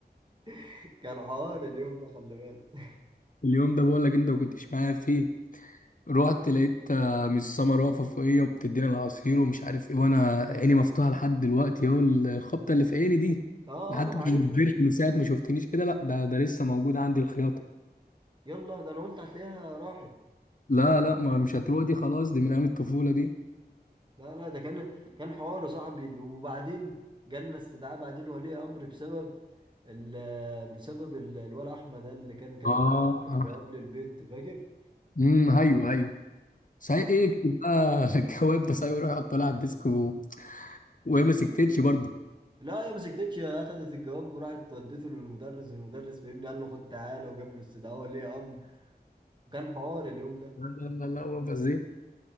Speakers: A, on the right; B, on the left.
A: <laughs> كان حوار اليوم ده خلي بالك
B: اليوم ده بقول لك انت ما كنتش معايا فيه رحت لقيت آه، مس سمر واقفه فوقيا وبتديني العصير ومش عارف ايه وانا عيني مفتوحه لحد دلوقتي اهو الخبطه اللي في عيني دي
A: اه
B: لحد
A: اه ما انا
B: ما
A: عارف
B: كبرت من ساعه ما شفتنيش كده لا ده ده لسه موجود عندي الخياطه
A: يلا ده انا قلت هتلاقيها راحت
B: لا لا ما مش هتروح دي خلاص دي من ايام الطفوله دي
A: لا لا ده كان كان حوار يا صاحبي اللي- وبعدين جالنا استدعاء بعدين ولي امر بسبب ال... بسبب ال... الولا احمد ده اللي كان كتب
B: اه
A: جواب
B: آه.
A: جواب للبيت فاكر؟
B: امم ايوه ايوه صحيح ايه اكتب بقى <laughs> الجواب ده صحيح ويروح يحطه لها على الديسك و... وهي ما سكتتش برضه
A: لا يا ما سكتتش اخدت الجواب وراحت ودته للمدرس والمدرس فهمني قال له خد تعالى وجاب له استدعاء ولي امر وكان حوار اليوم ده
B: لا لا لا لا، هو فازيه